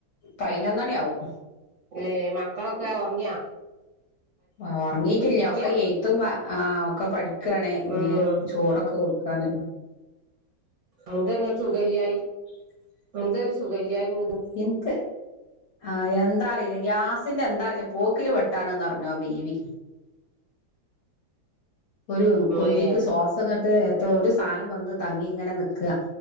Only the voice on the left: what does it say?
പതിനൊന്നണി ആവും.
ഒ ഓർങ്ങീട്ടില്ല
ഒക്കെ എയ്ത്തും വാ ഒക്കെ പഠിക്കാണ് ഇനി
ചോറൊക്കെ കൊടുക്കാൻ.
എനിക്ക് ആ എന്താ അറിയില്ല ഗ്യാസിന്റെ എന്താ അറിയില്ല പോക്കില് വെട്ടാണ്ന്നറിഞ് ആ ബീവി. ഒരു കൊല്ലിക്ക്
ശ്വാസങ്ങട്ട് എതോ ഒരു സാനം വന്ന് തങ്ങി ഇങ്ങനെ നിക്കുവ.